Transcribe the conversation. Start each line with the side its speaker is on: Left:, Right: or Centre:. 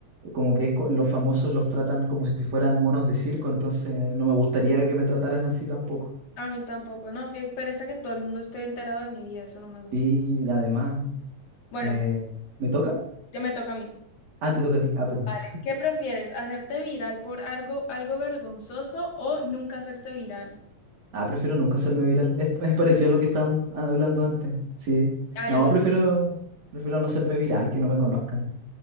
Right: como que es co- los famosos los tratan como si fueran monos de circo, entonces no me gustaría que me trataran así tampoco.
Left: A mí tampoco, no, que pereza que todo el mundo esté enterado de mi vida, eso no me gusta.
Right: Y además,
Left: Bueno,
Right: eh, ¿me toca?
Left: ya me toca a mí.
Right: Ah, te toca a ti, ah, perdón.
Left: Vale, ¿qué prefieres? ¿Hacerte viral por algo, algo vergonzoso o nunca hacerte viral?
Right: Ah, prefiero nunca hacerme viral, es, es parecido a lo que estábamos hablando antes, sí.
Left: Ah,
Right: No,
Left: yo también.
Right: prefiero, prefiero no hacerme viral, que no me conozcan.